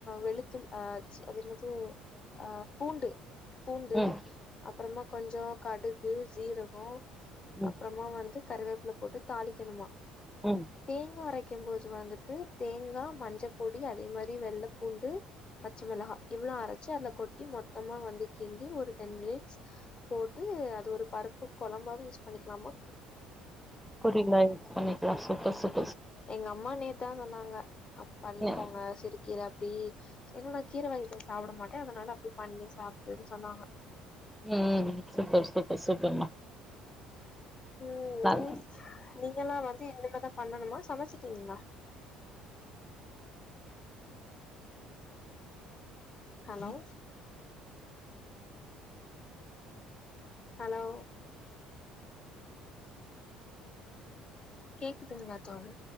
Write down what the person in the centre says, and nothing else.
ம்
ம்
ம்
புரில அன்னிக்கி சூப்பர் சூப்
ம்
ம் சூப்பர் சூப்பர் சூப்பர்மா
நல்